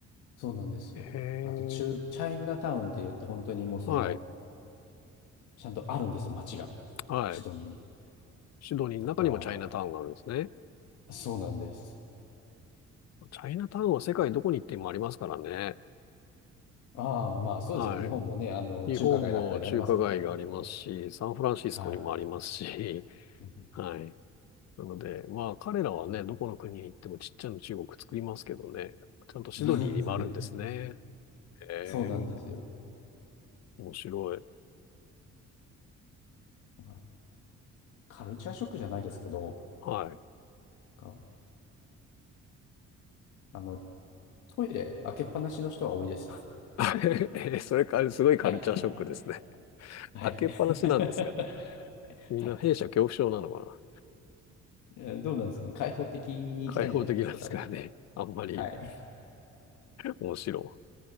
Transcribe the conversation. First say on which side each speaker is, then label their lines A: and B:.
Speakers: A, on the left (about 85°); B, on the left (about 60°).
A: そうなんですよ。
B: へえ。
A: あと中、チャイナタウンって言って本当にもうその、
B: はい。
A: ちゃんとあるんですよ、街が。
B: はい。
A: シドニーに。
B: シドニーの中にもチャイナタウンがあるんですね。
A: とか、そうなんです。
B: チャイナタウンは世界どこに行ってもありますからね。
A: ああ、まあそうですね。
B: はい。
A: 日本もね、あの、中華街だったりありますからね。
B: 日本も中華街がありますし、サンフランシスコにもありますし、
A: はい。
B: <laughs>
A: うん
B: はい。なので、まあ彼らはね、
A: <laughs>
B: どこの国に行ってもちっちゃな中国作りますけどね、ちゃんとシドニーにもあるんですね。
A: そうですね。
B: ええ、
A: そうなんですよ。
B: 面白い。
A: まあカルチャーショックじゃないですけど、
B: はい。
A: なんかあの、トイレ開けっぱなしの人は多いです。
B: <laughs>
A: <laughs>
B: えーそれからすごいカルチャーショックですね。
A: はい。<laughs> はい。
B: 開けっぱなしなんですが、
A: <laughs>
B: みんな弊社恐怖症なのか
A: はい。えーどうなんですかね。開放的に行きたいんじゃないですか、
B: な。ね開放的なんですからね、
A: 多分。
B: あんまり
A: はい。
B: 面白。い